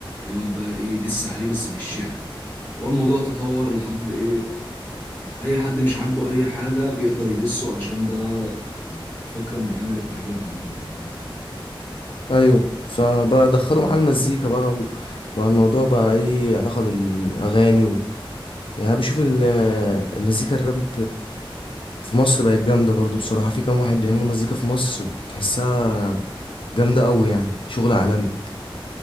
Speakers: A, on the left; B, on the left.
A: يقعد بقى ايه يدس عليه بس بالشعر هو الموضوع تطور لحد ايه اي حد مش عاجبه اي حاجة بيقدر يدسه عشان ده يعني فكرة معينة للتعبير عن الرأي
B: ايوه فبقى دخلوا معاه المزيكا بقى وبقى الموضوع بقى ايه علاقه بالاغاني و... يعني أنا بشوف ال- المزيكا الراب في مصر بقت جامده برضو بصراحه في كام واحد بيعملوا مزيكا في مصر بتحسها جامده قوي يعني شغل عالمي